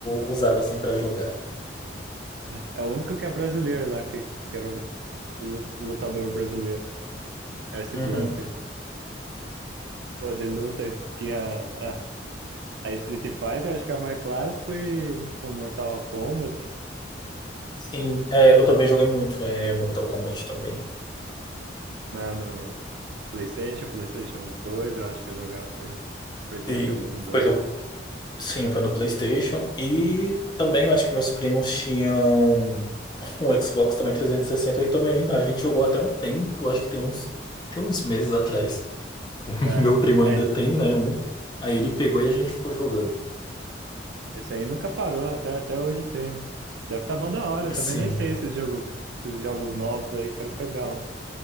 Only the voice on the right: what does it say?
Né? é o único que é brasileiro lá, que, que era o lu- lutador brasileiro. Era esse
Blanca aí. Pô, de luta tinha. ah, Aí Street Fighter, acho que era mais clássico, e com Mortal Kombat,
né, no, PlayStation, PlayStation dois, eu acho que eu jogava isso aí. PlayStation
um, dois,
Né?
É,
esse
esse aí nunca parou, até, até hoje tem, né? Deve estar tá mó da hora,
também nem sei esses jogos, esses jogos novos aí, quero pegar um.